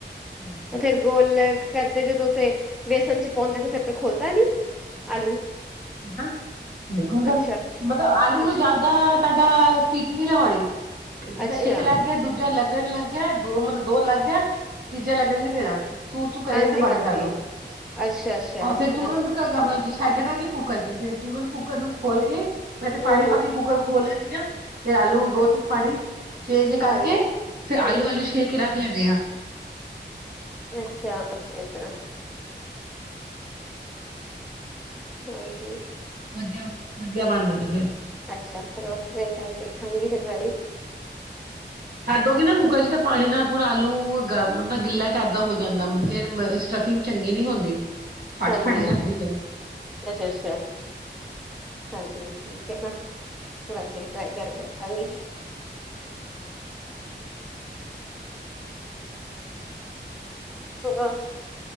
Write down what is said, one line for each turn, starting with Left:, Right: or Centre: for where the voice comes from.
Right: <unintelligible>
Centre: ਫਿਰ ਗੋਲ ਕਰਦੇ । ਜਦੋ ਤੇ ਵੇਸਨ ਚ ਪਾਉਂਦੇ ਤੇ ਫਿਰ ਖੁੱਲਦਾ ਨੀ ਆਲੂ।
Right: ਹੈ, ਦੇਖੋ ਤਾਂ
Centre: ਅੱਛਾ,
Right: ਮਤਲਬ ਆਲੂ ਨੂੰ,
Centre: ਅੱਛਾ,
Right: ਜਾਂ? ਤੁਹਾਡਾ ਸੀਟੀ ਨਹੀਂ ਲਵਾਉਣੀ । ਜਿੱਦਾਂ
Centre: ਅੱਛਾ
Right: ਇੱਕ ਲੱਗ ਗਿਆ, ਦੂਜਾ ਲੱਗੇ । ਲੱਗਣ ਲੱਗ ਗਿਆ । ਦੋ ਮਤਲਬ ਦੋ ਲੱਗ ਗਿਆ, ਤੀਜਾ ਲਗਨ ਨੀ ਦੇਣਾ। ਸੂ- ਸੂ ਕਰੇਗਾ
Centre: ਹਾਂਜੀ-ਹਾਂਜੀ
Right: ਤੇ ਬੰਦ ਕਰਦੋ ।
Centre: ਅੱਛਾ-ਅੱਛਾ
Right: ਆਹ
Centre: ਇਸ
Right: ਫੇਰ
Centre: ਤਰ੍ਹਾਂ
Right: ਤੁਰੰਤ। ੱਕ ਕਰਨਾ, ਛੱਡਣਾ ਨੀ ਕੁੱਕਰ 'ਚ ਫਿਰ ਤੁਰੰਤ ਕੁੱਕਰ ਨੂੰ ਖੋਲ ਕੇ,,,, ਮੈਂ ਤੇ ਪਾਣੀ
Centre: ਹੂੰ-ਹੂੰ
Right: ਪਾਕੇ ਕੁੂੱਕਰ ਖੋਲ ਲੈਂਦੀ ਹਾਂ। ਫਿਰ ਆਲੂ ਦੋ
Centre: ਹਾਂਜੀ,
Right: -ਤਿੰਨ ਪਾਣੀ ਚੇਂਜ ਕਰਕੇ
Centre: ਹਾਂਜੀ
Right: ਫਿਰ
Centre: ਹੂੰ-ਹੂੰ
Right: ਆਲੂ -ਆਲੂ ਛਿੱਲ ਕੇ ਰੱਖ ਲੈਂਦੇ ਹਾਂ।
Centre: ਅੱਛਾ, ਇਸ ਤਰ੍ਹਾਂ। ਹਾਂਜੀ ।
Right: ਵਧੀਆ -ਵਧੀਆ ਬਣਦੇ ਨੇ, ਫੇਿਰ।
Centre: ਅੱਛਾ, ਚਲੋ ਉਸ ਤਰ੍ਹਾਂ ਹੀ ਕਰਕੇ ਵੇਖਾਂਗੀ, ਫਿਰ ਮੈਂ ਵੀ।
Right: ਛੱਡ ਦੋਗੇ ਨਾ ਕੁੱਕਰ ਚ ਤਾਂ ਪਾਣੀ ਨਾਲ ਫਿਰ ਆਲੂ ਗਰਮ ਗਿੱਲਾ ਟਾਈਪ ਦਾ ਹੋਂ ਜਾਂਦਾ । ਫੇਿਰ ਸਟਫਿੰਗ ਚੰਗੀ ਨਹੀਂੀ ਹੁੰਦੀ। ਫਟ
Centre: ਹਾਂਜੀ,
Right: ਫਟ ਜਾਂਦੀ ਫੇਰ
Centre: ਅੱਛਾ- ਅੱਛਾ। ਹਾਂਜੀ, ਠੀਕ ਹੈ ਨਾ। ਵਸ ਹੀ ਟਰਾਈ ਕਰਕੇ ਉਠਾਂਗੀ। ਸ ਆ